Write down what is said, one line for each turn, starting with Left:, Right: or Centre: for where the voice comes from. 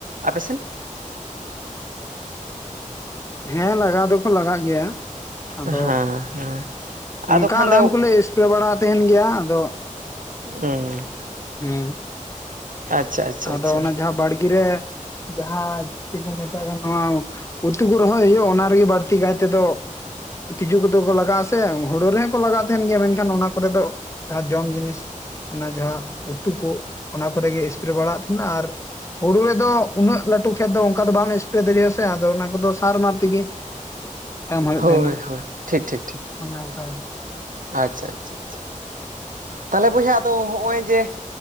Right: ᱟᱯᱮᱥᱮᱱ?
Left: ᱦᱮᱸ ᱞᱟᱜᱟᱣ ᱫᱚᱠᱚ ᱞᱟᱜᱟᱜ ᱜᱮᱭᱟ᱾ ᱟᱫᱚ
Right: ᱦᱮᱸ ᱦᱮᱸ ᱟᱫᱚ
Left: ᱚᱱᱠᱟ
Right: ᱠᱷᱟᱱ ᱫᱚ
Left: ᱨᱟᱱ ᱠᱚᱞᱮ ᱮᱥ ᱯᱲᱮ ᱵᱟᱲᱟ ᱛᱟᱦᱮᱱ ᱜᱮᱭᱟ ᱟᱫᱚ
Right: ᱩᱸ
Left: ᱦᱮᱸ
Right: ᱟᱪᱪᱷᱟ ᱟᱪᱪᱷᱟ᱾
Left: ᱟᱫᱚ
Right: ᱟᱪᱪᱷᱟ
Left: ᱚᱱᱟ ᱡᱟᱦᱟᱸ ᱵᱟᱲᱜᱤ ᱨᱮ ᱡᱟᱦᱟᱸ ᱪᱤᱜ ᱠᱚ ᱢᱮᱛᱟᱜᱟ ᱱᱚᱣᱟ ᱩᱛᱩ ᱠᱚ ᱨᱚᱦᱚᱭ ᱦᱩᱭᱩᱜ-ᱟ ᱚᱱᱟ ᱨᱮᱜᱮ ᱵᱟᱹᱲᱛᱤ ᱠᱟᱭ ᱛᱮᱫᱚ ᱛᱤᱡᱩ ᱠᱚᱫᱚ ᱠᱚ ᱞᱟᱜᱟᱜ-ᱟ ᱥᱮ᱾ ᱦᱩᱲᱳ ᱨᱮᱦᱚᱸ ᱠᱚ ᱞᱟᱜᱟᱜ ᱛᱟᱦᱮᱱ ᱜᱮᱭᱟ ᱢᱮᱱᱠᱷᱟᱱ ᱚᱱᱟ ᱠᱚᱨᱮ ᱫᱚ ᱡᱟᱦᱟᱸ ᱡᱚᱢ ᱡᱤᱱᱤᱥ ᱚᱱᱟ ᱡᱟᱦᱟᱸ ᱩᱛᱩ ᱠᱚ ᱚᱱᱟ ᱠᱚᱨᱮᱜᱮ ᱥᱯᱨᱮ ᱵᱟᱲᱟᱣᱟᱜ ᱛᱟᱦᱮᱱᱟ ᱟᱨ ᱦᱩᱲᱩ ᱨᱮᱫᱚ ᱩᱱᱟᱹᱜ ᱞᱟᱹᱴᱩ ᱠᱷᱮᱛ ᱫᱚ ᱚᱱᱠᱟ ᱫᱚ ᱵᱟᱢ ᱮᱥᱯᱨᱮ ᱫᱟᱲᱮᱭᱟᱜ-ᱟ ᱥᱮ ᱟᱫᱚ ᱚᱱᱟ ᱠᱚᱫᱚ ᱥᱟᱨᱢᱟᱨ ᱛᱮᱜᱮ ᱮᱢ ᱦᱩᱭᱩᱜ
Right: ᱦᱳᱭ
Left: ᱛᱟᱦᱮᱱᱟ᱾
Right: ᱦᱳᱭ ᱴᱷᱤᱠ ᱴᱷᱤᱠ ᱴᱷᱤᱠ
Left: ᱚᱱᱟ ᱛᱟᱭᱚᱢ
Right: ᱟᱪᱪᱷᱟ ᱟᱪᱪᱷᱟ ᱟᱪᱪᱷᱟ᱾ ᱛᱟᱦᱚᱞᱮ ᱵᱚᱭᱦᱟ ᱟᱫᱚ ᱦᱚᱜᱼᱚᱭ ᱡᱮ